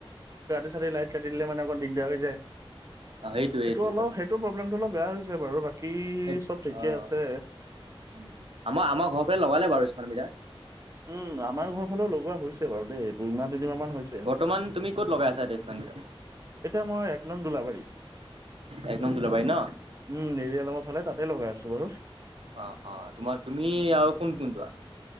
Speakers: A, on the right; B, on the right.
A: ৰাতি-চাতি লাইট কাটি দিলে মানে অকণ দিগদাৰ হৈ যায়। সেইটো
B: অ সেইটোৱে সেইটোৱে
A: অলপ
B: কথা
A: সেইটো প্ৰব্লেমটো অলপ বেয়া হৈছে বাৰু। বাকী
B: সেই
A: চব ঠিকে
B: অ'
A: আছে
B: উম, আমাৰ আমাৰ ঘৰৰ ফালে লগালে বাৰু স্মাৰ্ট মিটাৰ।
A: উম আমাৰ ঘৰৰ ফালেও লগোৱা হৈছে বাৰু দেই দুইমাহ তিনিমাহ
B: অ
A: মান হৈছে
B: বৰ্তমান তুমি ক'ত লগাই আছা তেজপাকেইটা
A: এতিয়া মই এক নং দোলাবাৰী
B: এক নং দোলাবাৰী ন
A: উম নেৰিযালামৰ ফালে তাত ত লগাই আছো বাৰু
B: অ অ তোমাৰ তুমি আৰু কোন কোন যোৱা